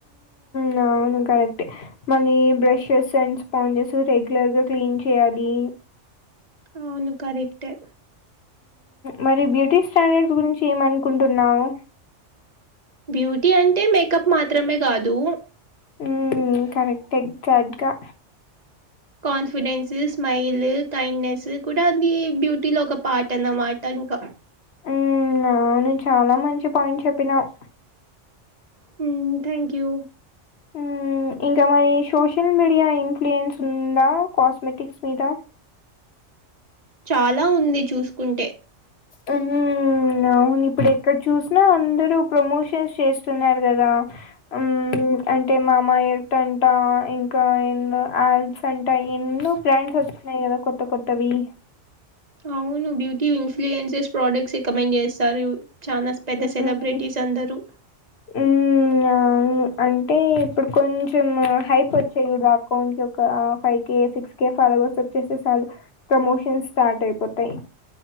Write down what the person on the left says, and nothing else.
నా కరెక్ట్ మళ్ళీ బ్రషెస్ అండ్ స్పాంజెస్ రెగ్యులర్గా క్లీన్ చేయాలి
మరి బ్యూటీ స్టాండర్డ్ గురించి ఏమనుకుంటున్నావు
ఉ కరెక్ట్ ఎగ్జాక్ట్గా
ఉ అవును చాలా మంచి పాయింట్ చెప్పినావ్
హ్మ్. ఇంకా మరి సోషల్ మీడియా ఇన్ఫ్లుయెన్స్ ఉందా కాస్మెటిక్స్ మీద
హ్మ్. అవును ఇప్పుడు ఎక్కడ చూసినా అందరూ ప్రమోషన్స్ చేస్తున్నారు కదా హుమ్మ్ అంటే మామాయట్ అంట ఇంకా ఎన్నో ఆల్స్ అంట ఎన్నో బ్రాండ్స్ వచ్చిన్నాయి ద కొత్త కొత్తవి
హ్మ్.
మ్మ్ అవును అంటే ఇప్పుడు కొంచెం హైప్ వచ్చేయి అకౌంట్ కి ఒక five K six K follow వచ్చేసే సాలు ప్రమోషన్ స్టార్ట్ అయిపోతాయి